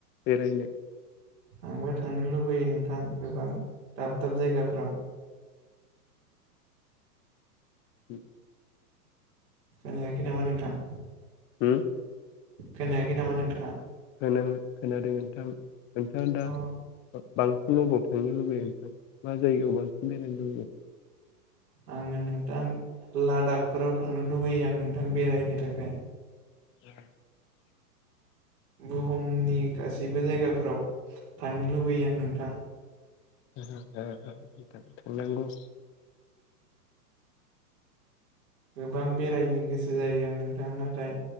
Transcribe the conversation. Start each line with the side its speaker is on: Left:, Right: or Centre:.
Left: बेरायनो
Right: आंबो थांनो लुबैयो नोंथां गोबां दाब दाब जायगाफ्राव
Left: <inaudible>
Right: खोनायाखै नामा नोंथां?
Left: होम।
Right: खोनायाखै नामा नोंथाङा
Left: खोनादों खोनादों नोंथां नोंथाङा दा
Right: अ
Left: बांसिन अबाव थांनो लुबै नोंथां मा जायगायाव बांसिन बेरायनो लुबैयो
Right: आङो नोंथां लादाखफोराव थांनो लुबैयो आं नोंथां बेरायनो थाखाय
Left: <inaudible>
Right: बुहुमनि गासैबो जायगाफोराव थांनो लुबैयो आं नोंथां
Left: <inaudible> थांनांगौ
Right: गोबां बेरायनो गोसो जायो आं नोंथां नाथाय